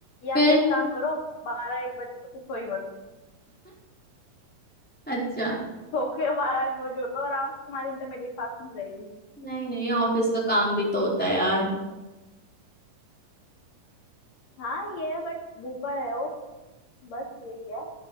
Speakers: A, on the left (about 55°); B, in the centre.
A: या
B: फिर
A: तो एक काम करो बारह एक बजे तक उठो ही मत
B: अच्छा
A: सो के बारह एक बजे उठो आराम से तुम्हारी इंटरमीडिएट फास्टिंग रहेगी
B: नहीं नहीं ऑफिस का काम भी तो होता है यार
A: हाँ ये है बट भूखा रहो बस यही है